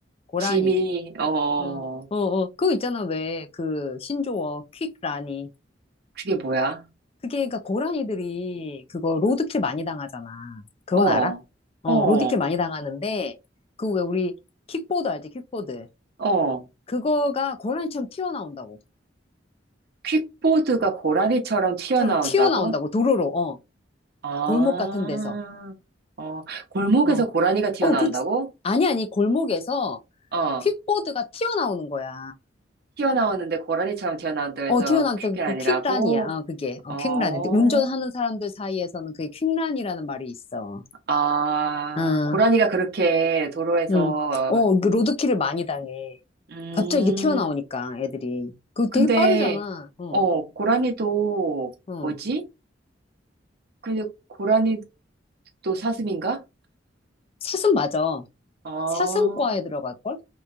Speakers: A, on the left; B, on the right.
A: 고라니.
B: 짐이, 어,
A: 어, 어, 어. 그거 있잖아, 왜, 그, 신조어, 퀵라니.
B: 그게 뭐야?
A: 그게, 그니까, 고라니들이, 그거, 로드킬 많이 당하잖아. 그건
B: 어,
A: 알아? 어,
B: 어,
A: 로드킬 많이 당하는데, 그 왜 우리, 킥보드 알지, 킥보드.
B: 어.
A: 그거가 고라니처럼 튀어나온다고.
B: 퀵보드가 고라니처럼 튀어나온다고?
A: 처럼 튀어나온다고, 도로로, 어.
B: 아,
A: 골목 같은 데서.
B: 어, 골목에서
A: 어,
B: 고라니가 튀어나온다고?
A: 어, 그, 아니, 아니, 골목에서
B: 어,
A: 퀵보드가 튀어나오는 거야.
B: 튀어나오는데 고라니처럼 튀어나온다고 해서
A: 어, 튀어나왔때그
B: 그게 아니라고?
A: 퀵란이야. 어, 그게. 어,
B: 어,
A: 퀵란. 운전하는 사람들 사이에서는 그게 퀵란이라는 말이 있어.
B: 아,
A: 아,
B: 고라니가 그렇게 도로에서,
A: 음, 어, 그 로드킬을 많이 당해.
B: 음,
A: 갑자기 이렇게 튀어나오니까, 애들이. 그거
B: 근데,
A: 되게 빠르잖아. 어,
B: 어, 고라니도,
A: 어.
B: 뭐지? 근데 고라니도 사슴인가?
A: 사슴 맞아.
B: 아,
A: 사슴과에 들어갈걸?